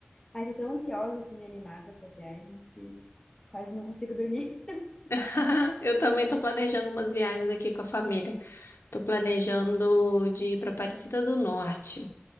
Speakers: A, on the left (about 15°); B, on the left (about 85°).
A: Mas eu tô tão ansiosa, assim, animada pra viagem, que quase não consigo dormir.
B: <laughs> Eu também tô planejando umas viagens aqui com a família. Tô planejando de ir pra Aparecida do Norte.